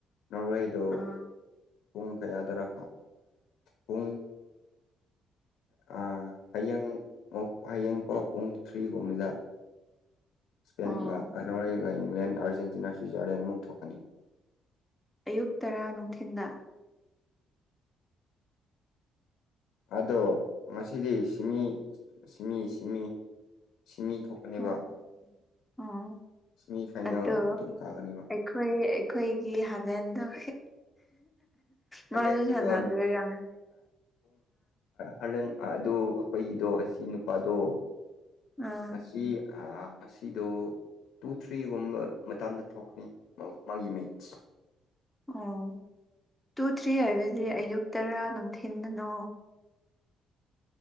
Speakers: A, on the left; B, in the centre.
A: ꯅꯣꯔꯋꯦꯗꯨ
B: ꯑꯥ
A: ꯄꯨꯡ ꯀꯌꯥꯗꯔ ꯄꯨꯡ ꯑ ꯍꯌꯦꯡ ꯍꯌꯦꯡꯀꯣ ꯄꯨꯡ ꯊ꯭ꯔꯤꯒꯨꯝ ꯃꯖꯥ ꯏꯁꯄꯦꯟꯒ
B: ꯑꯣ
A: ꯑꯅꯔꯌꯥꯒ ꯏꯪꯂꯦꯟ ꯑꯥꯔꯖꯦꯟꯇꯤꯅꯥ ꯁ꯭ꯋꯤꯖꯔꯂꯦꯟ ꯑꯃꯨꯛ ꯊꯣꯛꯀꯅꯤ
B: ꯑꯌꯨꯛ ꯇꯔꯥ ꯅꯨꯡꯊꯤꯜꯗ
A: ꯑꯗꯣ ꯉꯁꯤꯗꯤ ꯁꯤꯃꯤ ꯁꯤꯃꯤ ꯁꯤꯃꯤ ꯁꯤꯃꯤ ꯊꯣꯛ ꯀꯀꯅꯦꯕ
B: ꯎꯝ ꯑꯣ
A: ꯁꯤꯦꯃꯤ ꯐꯥꯏꯅꯦꯜ
B: ꯑꯗꯣ
A: ꯑꯗꯨꯝ ꯀꯛꯒꯅꯦꯕ
B: ꯑꯩꯈꯣꯏ ꯑꯩꯈꯣꯏꯒꯤ ꯍꯥꯟꯅꯦꯟꯗꯧ ꯃꯥ
A: ꯍꯂꯦꯟꯒꯤꯗꯣ
B: ꯑꯗꯨꯁꯅꯗ ꯑ
A: ꯍꯂꯦꯟ ꯑꯗꯨ ꯑꯩꯈꯣꯏꯒꯤꯗꯣ ꯑꯁꯤ ꯅꯨꯄꯥꯗꯣ
B: ꯑꯥ
A: ꯉ ꯉꯁꯤꯗꯣ ꯇꯨ ꯊ꯭ꯔꯤꯒꯨꯝꯕ ꯃꯇꯝꯗ ꯊꯣꯛꯀꯅꯤ ꯃꯥꯒꯤꯃꯦꯠꯁ
B: ꯑꯣ ꯇꯨ ꯊ꯭ꯔꯤ ꯍꯥꯏꯕꯗꯤ ꯑꯌꯨꯛ ꯇꯔꯥ ꯅꯨꯡꯊꯤꯤꯟꯗꯅꯣ